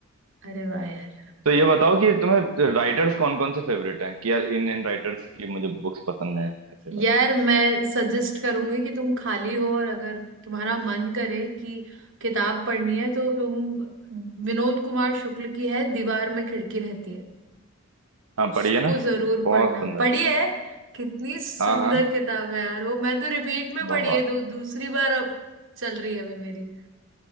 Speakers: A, on the right; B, on the right.
A: अरे वाह यार
B: तो ये बताओ कि तुम्हें राइटर्स कौन कौन से फेवरेट हैं कि यार इन इन राइटर्स की मुझे बुक्स पसंद हैं ऐसे
A: यार
B: वाली
A: मैं सजेस्ट करूंगी कि तुम खाली हो और अगर तुम्हारा मन करे कि किताब पढ़नी है तो तुम विनोद कुमार शुक्ल की है दीवार में खिड़की रहती है
B: हाँ
A: उसको
B: पढ़िए ना
A: जरूर
B: बहुत
A: पढ़ना
B: सुंदर
A: पढ़ी है कितनी सुंदर
B: हाँ हाँ
A: किताब है यार वो मैं तो रिपीट में पढ़ी
B: बहुत
A: है दो दूसरी बार अब चल रही है अभी मेरी